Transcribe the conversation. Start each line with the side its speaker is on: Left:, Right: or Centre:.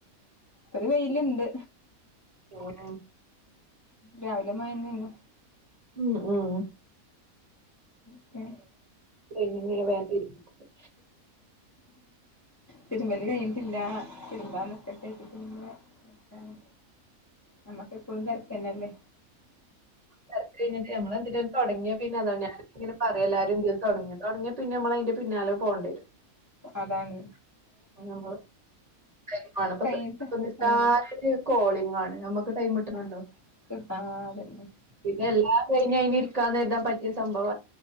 Left: ഒര് വെയില്ണ്ട്
Right: ആഹ്
Left: രാവിലെ മഴെന്നേന്നു
Right: ഉം ഊഹ്
Left: ക്കെ
Right: വെലിമ്മ വേം തിരിപിക്കും
Left: തിരുമ്പല് കഴിഞ്ഞ്ട്ടില്ല തിരുമ്പാ നിക്കട്ടെര്തിട്ട്ങനെ നിക്കാണ് ഞമ്മക്കെപ്പളും തെരക്കെന്നല്ലെ
Right: തെരക്കെയ്ഞ്ട്ട് ഞമ്മളെന്തിനേലും തൊടങ്ങ്യ പിന്നതാണ് ഞാനൊക്ക്ങ്ങനെ പറ് എല്ലാരും ഇന്തേല് തൊടങ്ങ തൊടങ്ങിയ പിന്നെ നമ്മളയിന്റെ പിന്നാലെ പോണ്ടേരും
Left: അതാണെ
Right: ഞമ്മളൊ <unintelligible>
Left: കഴിഞ്ഞിട്ട്
Right: എല്ലാരോര്
Left: ആഹ്
Right: കോളിംഗാണ് നമ്മക്ക്ട്ടെ ബുദ്ധിമുട്ട്ണ്ണ്ണ്ടൊ
Left: ആഹ് ആഹ് അതന്നെ
Right: പിന്നെ എല്ലാം കഴിഞ്ഞഴിഞ് ഇരിക്കാന്നെര്താ പറ്റിയ സംഭവ